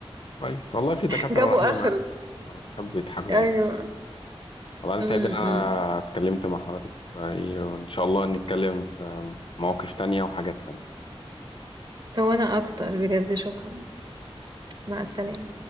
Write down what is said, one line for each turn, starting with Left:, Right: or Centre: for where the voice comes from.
Left: كويس والله في دكاتره
Right: جابوا
Left: رحيمه
Right: اخره
Left: يعني. آه، يحبوا يضحكوا
Right: ايوه
Left: على بعض والله أنا
Right: امم
Left: سعيد إن أنا اتكلمت مع حضرتك وإيه، وإن شاء الله نتكلم في مواقف تانية وحاجات تانية
Right: هو انا اكتر بجد شكرا مع السلامة